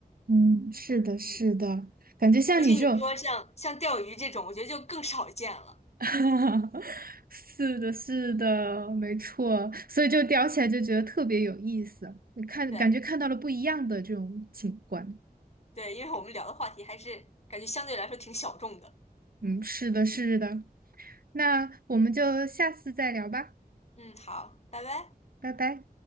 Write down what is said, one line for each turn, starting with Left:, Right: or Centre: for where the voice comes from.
Right: 嗯，是的，是的，
Left: 嗯，
Right: 感觉像你这种。
Left: 尤其你说像像钓鱼这种，我觉得就更少见了。
Right: <laughs> 是的，是的，没错，所以就聊起来就觉得特别有意思，你看，
Left: 对
Right: 感觉看到了不一样的这种景观。
Left: 对，因为我们聊的话题还是感觉相对来说挺小众的。
Right: 嗯，是的，是的，那我们就下次再聊吧，
Left: 嗯，好，拜拜。
Right: 拜拜。